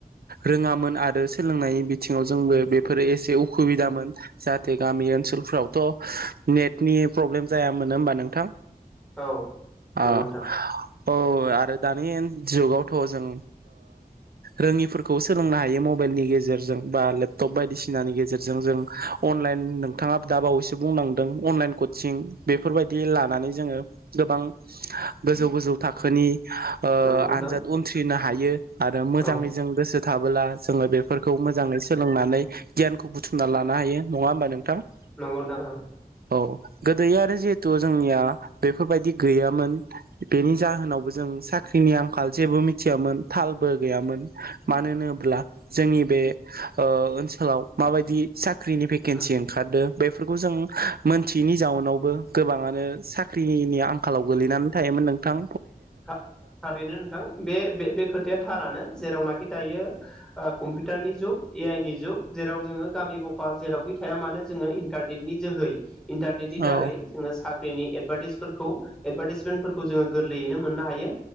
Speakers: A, on the right (about 75°); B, in the centre.
A: रोङामोन आरो सोलों बिथिङाव जोंबो बेफोरो एसे उसुबिदामोन। जाहाथे गामि ओनसोलफ्रावथ नेटनि प्रब्लेम जायामोनो होमबा नोंथां।
B: औ नंगौ
A: ओ
B: नोंथां।
A: औ आरो दानि जुगावथ जों रोङिफोरखौ सोलोंनो हायो, मबाइलनि गेजेरजों बा लेपटप बायदिसिनानि गेजेरजों जों। अनलाइन नोंथाङा दा बावैसो बुंनांदों, अनलाइन कचिं बेफोरबायदि लानानै जोङो गोबां गोजौ गोजौ थाखोनी ओ
B: नंगौ
A: आनजाद
B: नोंथां
A: उनथ्रिना हायो। आरो मोजाङै
B: औ
A: जों गोसो थाब ला जोङो बेफोरखौ मोजाङै सोलोंनानै गियानखौ बुथुमना ला लानो हायो नङा होमबा नोंथां? ‍
B: नंगौ नोंथां।
A: औ गोदो आरो जिहेथु जोंनिया बेफोरबायदि गैयामोन, बेनि जाहोनावबो जों साख्रिनि आंखाल जेबो मिथियामोन। थालबो गैयामोन मानो होनोब्ला जोंनि बे ओ ओनसोलाव माबायदि साख स्क्रिनि भेकेन्सि
B: औ
A: ओंखारदो बेफोरखौ जों मोनथियैनि जाउनावबो गोबाङानो साख्रि ख्रिनि आंखालाव गोलैनानै थायोमोन नों थां
B: था-थारैनो नोंथां बे बे बे खोथाया थारानो जेरावनाखि दायो ओ कम्पिउटारनि जुग ए आइ नि जुग जेराव जोङो गामि गफा जेरावखि थाया मानो जोङो इन्टारनेटनि जोहै इन्टारनेटनि दारै
A: औ
B: जोङो साख ख्रिनि एडभाटाइसफोरखौ एडभाटाइबमेनफोरखौ जोङो गोरलैयैनो मोननो हायो